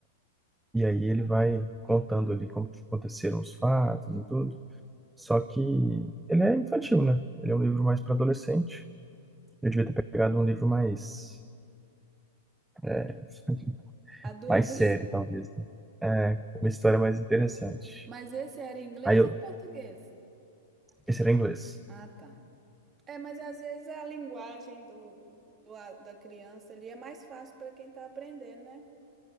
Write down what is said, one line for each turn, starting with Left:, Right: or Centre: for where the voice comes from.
Centre: E aí ele vai contando ali como que aconteceram os fatos e tudo. Só que ele é infantil, né? Ele é um
Right: Hum.
Centre: livro mais para adolescente. Eu devia ter pegado um livro mais <laughs>
Right: Adulto.
Centre: mais sério, talvez. né? É, uma história mais interessante.
Right: <laughs> Mas esse era em inglês
Centre: Aí eu,
Right: ou em português?
Centre: esse era em inglês.
Right: Ah, tá. É, mas às vezes a linguagem do, do- a- da criança ali é mais fácil para quem está aprendendo, né?